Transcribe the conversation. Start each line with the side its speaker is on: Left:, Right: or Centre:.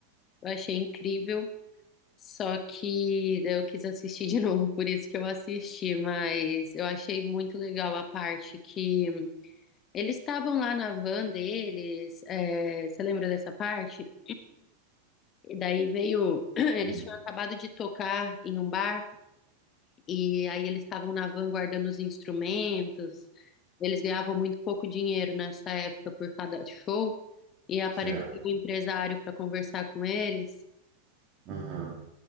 Left: eu achei incrível, só que daí eu quis assistir de <laughs> novo, por isso que eu assisti, mas eu achei muito legal a parte que eles estavam lá na van deles. é, você lembra dessa parte? E daí veio. <clears throat> Eles
Right: Hum.
Left: tinham acabado de tocar em um bar, e aí eles estavam na van guardando os instrumentos. Eles ganhavam muito pouco dinheiro nessa época por cada show, e apareceu
Right: Certo.
Left: um empresário para conversar com eles,
Right: Aham.